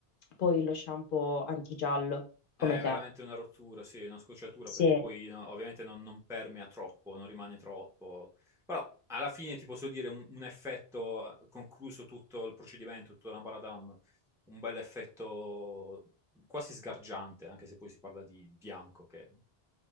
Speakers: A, on the left; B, in the centre.
A: poi lo shampoo antigiallo,
B: È
A: come te.
B: veramente una rottura, sì, una scocciatura,
A: Sì.
B: perché poi no, ovviamente non, non permea troppo, non rimane troppo. Però alla fine ti posso dire un, un effetto, eh, concluso tutto il procedimento, tutta la Baradam, un bel effetto quasi sgargiante, anche se poi si parla di bianco, che...